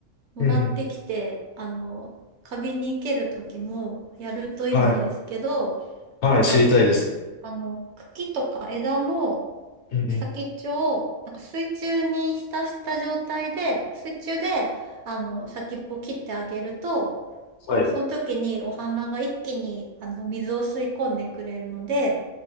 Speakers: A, on the right (about 65°); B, on the left (about 65°).
A: もらってきて、
B: うんうん。
A: あの、花瓶に生ける時もやるといいんですけど、
B: はい。はい。
A: なんかあの、
B: 知りたいです。
A: おあの、茎とか枝の
B: うんうん。
A: 先っちょをなんか水中に浸した状態で、水中であの先っぽを切ってあげると、
B: はい。
A: あのその時にお花が一気にあの水を吸い込んでくれるので、